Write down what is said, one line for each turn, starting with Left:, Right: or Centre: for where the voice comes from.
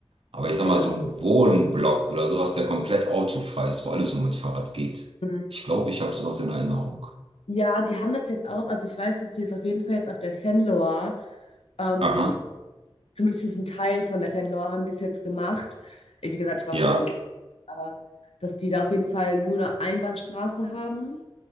Right: Aber ich sag
Left: Ja,
Right: mal, so ein Wohnblock oder sowas, der komplett autofrei ist, wo alles nur mit Fahrrad geht.
Left: Mhm.
Right: Ich glaube, ich habe sowas in Erinnerung.
Left: Ja, die haben das jetzt auch. Also ich weiß, dass die es auf jeden Fall jetzt auf der Fanlore, ähm,
Right: Aha,
Left: zumindest ein Teil von der Fanlore haben die es jetzt gemacht. Äh, Wie gesagt, ich war
Right: ja,
Left: auch seit, aber dass die da auf jeden Fall nur eine Einbahnstraße haben